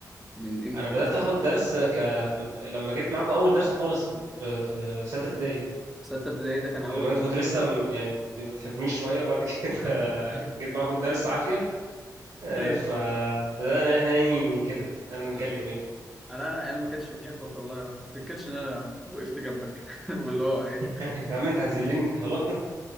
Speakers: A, in the centre; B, on the right (about 55°).
A: من امتى
B: انا بدأت
A: مثلا؟
B: اخد درس ك لما جيت معاكم اول درس خالص في في ستة ابتدائي
A: ستة ابتدائي ده كان أول
B: لما انت كنت لسه م- يعني ما بتحبونيش شوية بعد <laughs> كده
A: <laughs>
B: جيت معاكم الدرس عافية آه،
A: ايوه
B: فبدأنا احنا يعني كده انا نتكلم
A: ايوه
B: يعني
A: انا انا ما كانتش بتحبك والله ما تفتكرش ان انا وقفت جنبك <laughs> واللي هو ايه
B: <laughs> يا عم انت هزلني خلاص